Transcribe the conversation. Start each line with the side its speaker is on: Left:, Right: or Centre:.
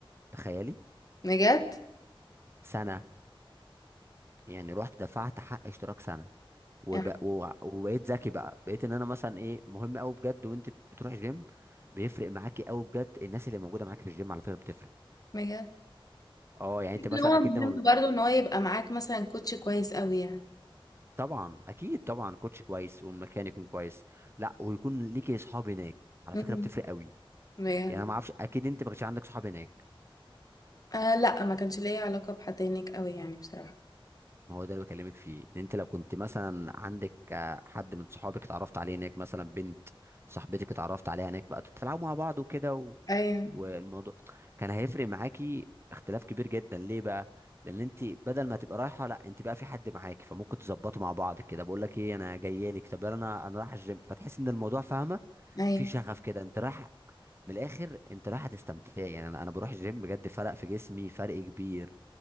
Right: تخيلي
Left: بجد
Right: سنة يعني رحت دفعت حق اشتراك سنه وب...
Left: يعني
Right: و... وبقيت ذكي بقى بقيت ان انا مثلا ايه مهم قوي بجد وانت بتروح الجيم بيفرق معاكي قوي بجد الناس اللي موجوده معاكي في الجيم على فكره بتفرق
Left: بجد
Right: اه يعني انت مثلا
Left: ان هو
Right: اكيد
Left: مهم
Right: لما ب-
Left: برضو ان هو يبقى معاك مثلا كوتش كويس قوي يعني
Right: طبعا اكيد طبعا كوتش كويس والمكان يكون كويس لا ويكون ليكي اصحاب هناك على
Left: مم.
Right: فكره بتفرق قوي
Left: بجد
Right: يعني انا ما اعرفش اكيد انت ما كانش عندك صحاب هناك
Left: آه لا ما كانش ليا علاقة بحد هناك قوي يعني بصراحة
Right: ما هو ده اللي بكلمك فيه إن انت لو كنت مثلا عندك آه، حد من صحابك اتعرفت عليه هناك مثلا بنت صاحبتك اتعرفت عليها هناك بقى بتلعبوا مع بعض وكده
Left: ايوه
Right: والموضوع كان هيفرق معاكي اختلاف كبير جدا ليه بقى لان انت بدل ما تبقى رايحه لا انت بقى في حد معاكي فممكن تظبطوا مع بعض كده بقول لك ايه انا جايه لك طب يلا انا انا رايح الجيم فتحس ان الموضوع فاهمه
Left: ايوه
Right: في شغف كده انت رايح من الاخر انت رايحه تستمتعي يعني انا انا بروح الجيم بجد فرق في جسمي فرق كبير